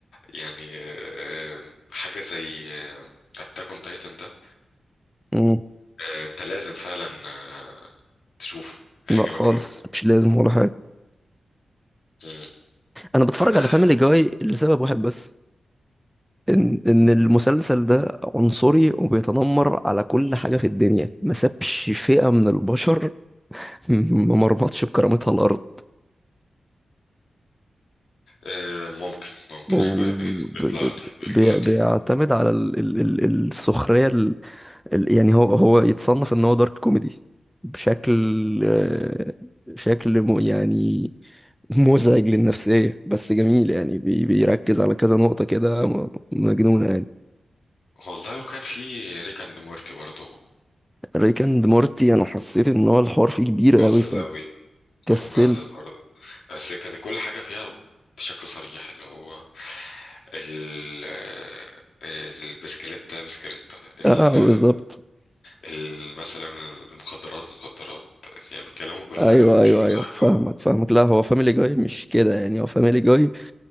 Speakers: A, on the left; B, in the centre.
A: يعني آه، حاجه زي اتاك اون تايتن ده
B: مم.
A: آه، انت لازم فعلا آه، تشوفه هيعجبك
B: لا خالص
A: قوي
B: مش لازم ولا حاجة
A: مم.
B: أنا بتفرج
A: ما
B: على فاميلي جاي لسبب واحد بس إن إن المسلسل ده عنصري وبيتنمر على كل حاجة في الدنيا ما سابش فئة من البشر <laughs> ما مرمطش بكرامتها الأرض
A: آه، ممكن ممكن
B: وبيعتمد
A: أنا بي- بي- بيطلع لي بيطلع لي
B: على ال- ال- ال- السخرية ال- يعني هو هو يتصنف ان هو دارك كوميدي بشكل آه، شكل م- يعني مزعج للنفسية بس جميل يعني بي- بيركز على كذا نقطة كده م- مجنونة يعني
A: والله وكان في ريك اند مورتي برضه
B: ريك اند مورتي انا حسيت ان هو الحوار فيه كبير
A: مقزز
B: قوي
A: أوي كان
B: فكسلت
A: مقزز برضه بس كانت كل حاجة فيها بشكل صريح اللي هو ال البسكليتة بسكليتة ال
B: اه آه، بالظبط
A: ال- مثلا المخدرات مخدرات يعني بيتكلموا كل
B: ايوه
A: حاجة بشكل
B: ايوه ايوه
A: صريح
B: فاهمك
A: أوي
B: فاهمك لا هو فاميلي جاي مش كده يعني هو فاميلي جاي